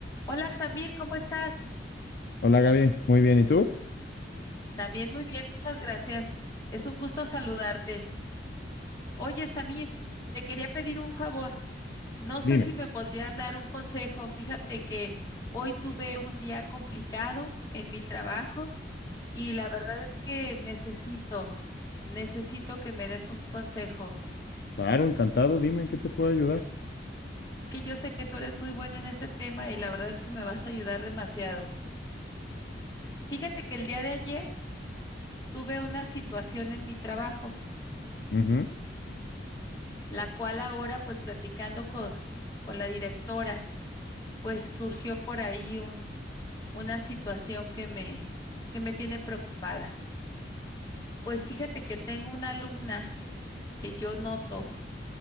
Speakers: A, on the left; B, on the left.
A: Hola Samir, ¿cómo estás?
B: Hola Gaby, muy bien. ¿Y tú?
A: También muy bien, muchas gracias. Es un gusto saludarte. Oye Samir, te quería pedir un favor. No sé
B: Dime.
A: si me podrías dar un consejo. Fíjate que hoy tuve un día complicado en mi trabajo y la verdad es que necesito, necesito que me des un consejo.
B: Claro, encantado. Dime en qué te puedo ayudar.
A: Es que yo sé que tú eres muy bueno en ese tema y la verdad es que me vas a ayudar demasiado. Fíjate que el día de ayer tuve una situación en mi trabajo.
B: Ujú,
A: la cual ahora pues platicando con, con la directora, pues surgió por ahí un, una situación que me, que me tiene preocupada. Pues fíjate que tengo una alumna que yo noto